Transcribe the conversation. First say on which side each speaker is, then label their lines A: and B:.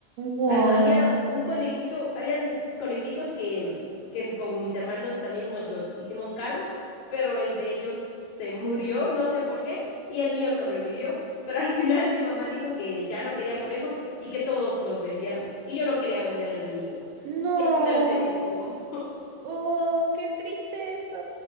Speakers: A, on the right (about 70°); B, on the left (about 75°).
A: Wow,
B: Ha- había un conejito, habían conejitos que, que con mis hermanos también nos los hicimos cargo, pero el de ellos se murió, no sé por qué, y el mío sobrevivió, pero al final mi mamá dijo que ya no quería conejos y que todos los vendiéramos, y yo no quería vender el mío,
A: no,
B: y al final se vendió. <laughs>
A: oh, qué triste eso.